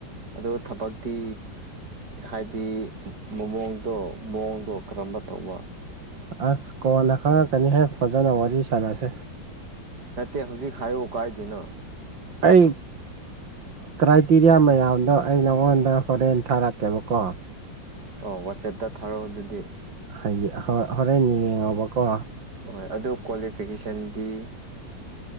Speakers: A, on the right; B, on the right.
A: ꯑꯗꯣ ꯊꯕꯛꯇꯤ ꯍꯥꯏꯗꯤ ꯃꯑꯣꯡꯗꯣ ꯃꯑꯣꯡꯗꯣ ꯀꯔꯝꯕ ꯇꯧꯕ
B: ꯑꯁ ꯀꯣꯟꯅ ꯈꯪꯪꯉꯛꯀꯅꯤꯍꯦ ꯐꯖꯅ ꯋꯥꯔꯤ ꯁꯥꯟꯅꯁꯦ
A: ꯅꯠꯇꯦ ꯍꯧꯖꯤꯛ ꯍꯥꯏꯌꯣ ꯀꯥꯏꯗꯦꯅ
B: ꯑꯩ ꯀ꯭ꯔꯥꯏꯇꯤꯔꯤꯌꯥ ꯃꯌꯥꯝꯗꯣ ꯑꯩ ꯅꯪꯉꯣꯟꯗ ꯍꯣꯔꯦꯟ ꯊꯥꯔꯛꯀꯦꯕꯀꯣ
A: ꯑꯣ ꯋꯥꯆꯦꯞꯇ ꯊꯥꯔꯛꯑꯣ ꯑꯗꯨꯗꯤ
B: ꯍꯥꯏꯗꯤ ꯍꯣ ꯍꯣꯔꯦꯟ ꯌꯦꯡꯉꯣꯕꯀꯣ
A: ꯍꯣꯏ ꯑꯗꯨ ꯀ꯭ꯋꯥꯂꯤꯐꯤꯀꯦꯁꯟꯗꯤ